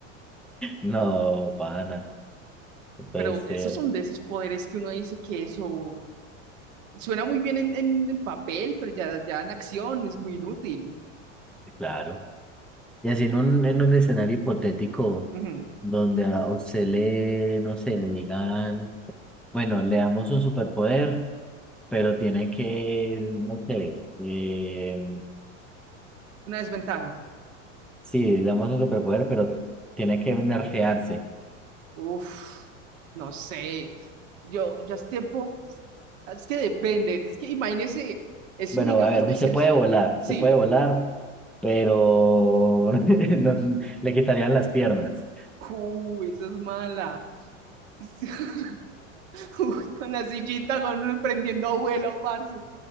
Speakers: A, in the centre; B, on the right.
A: No, pana. No puede
B: Pero
A: ser.
B: esos son de esos poderes que uno dice que eso suena muy bien en, en- en papel, pero ya, ya en acción es muy inútil.
A: Claro. Y así en un, en un escenario hipotético
B: Ujú.
A: donde a usted le, no sé, le digan, bueno, le damos un superpoder, pero tiene que, no sé, eh,
B: Una desventaja.
A: Sí, damos un superpoder, pero tiene que nerfearse.
B: Uf, no sé. Yo ya es tiempo. Es que depende. Es que imagínese eso,
A: Bueno,
B: digamos,
A: a ver,
B: de
A: se
B: ser.
A: puede volar,
B: Sí.
A: se puede volar, pero <laughs> no- le quitarían las piernas.
B: Uy, eso es mala. <laughs> <laughs> Uy, con la sillita, con uno emprendiendo vuelo, parce.